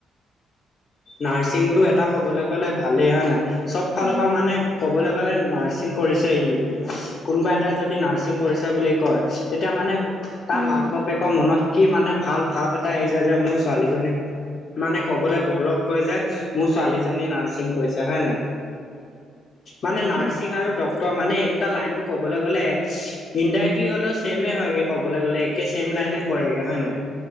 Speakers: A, on the left; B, in the centre.
A: নাৰ্ছিংটো এটা ক'বলে গ'লে ভালেই হয় নহয় চব ফালৰ
B: উম
A: পৰা মানে কবলৈ গ'লে নাৰ্ছিং কৰিছে সি বুলি কোনোবা এটাই যদি নাৰ্ছিং কৰিছে বুলি কয় তেতিয়া মানে তাৰ
B: উম
A: মাক বাপেকৰ মনত কি মানে ভাল ভাৱ এটা এটা আহি যায় যে মোৰ ছোৱালীজনী মানে কবলৈ গৌৰৱ কয় যে মোৰ ছোৱালীজনী নাৰ্ছিং কৰিছে হয় নাই মানে নাৰ্ছিং
B: উম
A: আৰু ড তই মানে এই দুটা লাইনতটো ক'বলে গ'লে হো ইনডাইৰেক্টলি হ'লেও ছেমে হয়গে ক'বলে গ'লে একে ছেম লাইনে পৰেগে হয় নাই